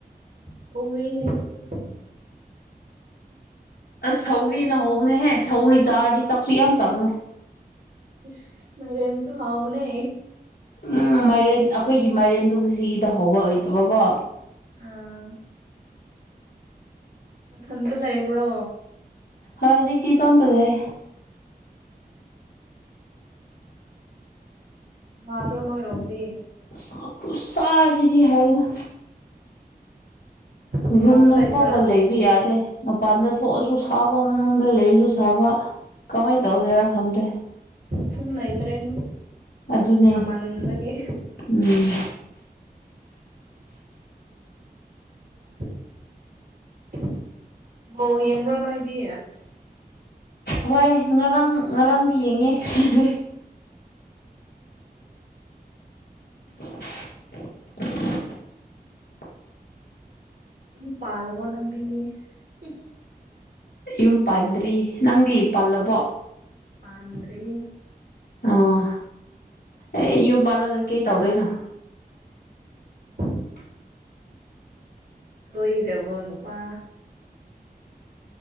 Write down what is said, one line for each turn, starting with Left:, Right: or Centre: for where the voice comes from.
Right: ꯁꯧꯒ꯭ꯔꯤꯅꯤ ꯑꯩꯈꯣꯏꯗꯤ
Left: ꯁꯧꯒ꯭ꯔꯤꯅ ꯍꯧꯕꯅꯦꯍꯦ ꯁꯧꯒ꯭ꯔꯤ ꯆꯥꯔꯗꯤ ꯆꯛꯁꯨ ꯌꯥꯝ ꯆꯪꯅꯦ
Right: ꯢꯁ ꯃꯩꯔꯦꯟꯁꯨ ꯍꯥꯎꯕꯅꯦ
Left: ꯎꯝ ꯃꯥꯏꯔꯦꯟ ꯑꯈꯣꯏꯒꯤ ꯃꯥꯏꯔꯦꯟ ꯗꯣ ꯨꯉꯁꯤꯒꯤꯗꯣ ꯍꯧꯕ ꯑꯣꯏꯇꯕꯀꯣ
Right: ꯑꯥ ꯃꯊꯟꯇ ꯂꯩꯕ꯭ꯔꯣ
Left: ꯍꯣꯏ ꯍꯧꯖꯤꯛꯇꯤ ꯇꯣꯝꯇ ꯂꯩꯌꯦ <inaudible>
Right: ꯃꯥꯟꯗ꯭ꯔꯣ ꯅꯣꯏꯔꯣꯝꯗꯤ
Left: ꯈꯨꯁꯥ ꯈꯨꯁꯥꯁꯤꯗꯤ ꯍꯥꯏꯅ
Right: ꯇꯝꯄꯥꯛꯇ
Left: ꯔꯨꯝꯗ
Right: ꯂꯩꯕ꯭ꯔꯥ
Left: ꯐꯥꯎꯕ ꯂꯩꯕ ꯌꯥꯗꯦ ꯃꯄꯥꯟꯗ ꯊꯣꯛꯑꯁꯨ ꯁꯥꯕ ꯃꯅꯨꯡꯗ ꯂꯩꯔꯁꯨ ꯊꯥꯕ ꯀꯃꯥꯏꯟ ꯇꯧꯖꯦꯔꯥ ꯈꯪꯗ꯭ꯔꯦ
Right: ꯊꯨꯝ ꯂꯩꯇ꯭ꯔꯦꯅꯦ
Left: ꯑꯗꯨꯅꯦ
Right: ꯁꯥꯃꯟꯕꯒꯤ
Left: ꯎꯝ
Right: <unintelligible> ꯕꯣꯜ ꯌꯦꯡꯕ꯭ꯔꯣ ꯅꯣꯏꯗꯤ
Left: ꯍꯣꯏ ꯉꯔꯥꯡ ꯉꯔꯥꯡꯗꯤ ꯌꯦꯡꯉꯦ ꯍꯦ ꯍꯦ <unintelligible> <unintelligible>
Right: ꯌꯨꯝ ꯄꯥꯜꯂꯕꯣ ꯅꯪꯗꯤ ꯍꯤ ꯍꯤ
Left: ꯌꯨꯝ ꯄꯥꯟꯗ꯭ꯔꯤ ꯅꯪꯗꯤ ꯄꯜꯂꯕꯣ
Right: ꯄꯟꯗ꯭ꯔꯤ
Left: ꯑꯥ ꯑꯦ ꯌꯨꯝ ꯄꯜꯂꯒ ꯀꯩ ꯇꯧꯗꯣꯏꯅꯣ
Right: <inaudible> ꯀꯣꯏꯗ꯭ꯔꯕꯣ ꯅꯨꯄꯥ